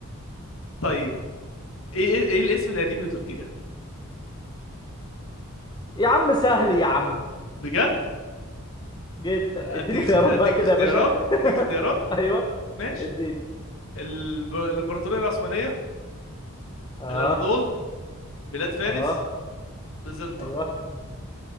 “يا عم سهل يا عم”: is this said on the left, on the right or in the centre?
Left